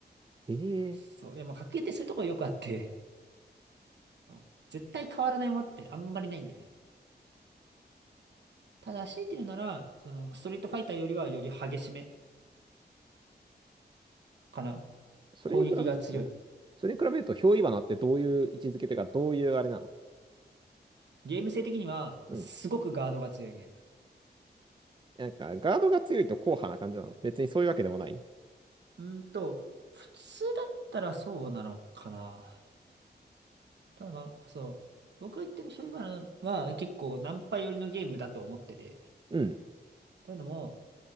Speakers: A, on the right; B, on the right.
A: あ、ええ
B: そう、いや、まあ、格ゲーってそういうところよくあって、あ絶対変わらないものってあんまりないんだよね。ただ、強いて言うなら、その、ストリートファイターよりはより激しめかな。
A: それに比べると、
B: 攻撃が強い。
A: それに比べると、憑依罠ってどういう位置づけというか、どういうあれなの
B: ゲーム性的には、
A: うん。
B: すごくガードが強いゲーム。
A: なんか、ガードが強いと硬派な感じなの別にそういうわけでもない
B: うーんと、普通だったらそうなのかな。ただまあ、そう。僕が言ってる醤油花は結構ナンパ寄りのゲームだと思ってて。
A: うん。
B: というのも、